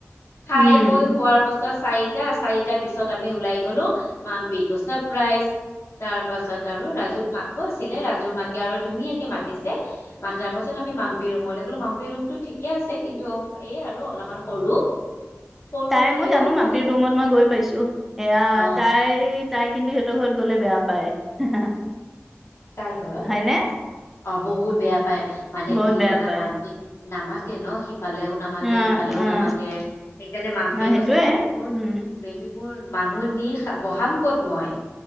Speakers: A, on the left (about 70°); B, in the centre.
A: খাই
B: উম
A: বৈ হোৱাৰ চাৰিটা চাৰিটাৰ পিছত আমি ওলাই গ'লো মাম্পিটো ছাৰপ্ৰাইজ তাৰ পাছত আৰু ৰাজুৰ মাক ব আছিলে ৰাজুৰ মাকে আৰু ধুনীয়াকে মাতিছে মাতাৰ পাছত আমি মাম্পি ৰুমলৈ গ'লো মাম্পি ৰুমতো ঠিক ঠিকে আছে কিন্তু এ আৰু অলপমান সৰু সৰু
B: তাই
A: হলেও
B: মই জানো
A: মানে
B: মম্পিৰ ৰুমত মই গৈ পাইছো এয়া
A: অ
B: তাই তাই কিন্তু সিহঁতৰ ঘৰত গ'লে বেয়া পায়।
A: কাৰ ঘৰত
B: হয়নে
A: অ', বহুত বেয়া পায় মানে
B: বহুত
A: কি
B: বেয়া
A: জানা
B: পায়
A: মাম্পি নামাতে ন' ইফালেও নামাতে
B: অ
A: ইফালেও
B: অ
A: নামাতে সেইকাৰণে মাম্পীয়ে
B: ন সেইটোয়ে
A: কৈছে বেবী মোৰ,
B: উম
A: বেবী মোৰ মানুহ নি বঢ়াম ক'ত মই?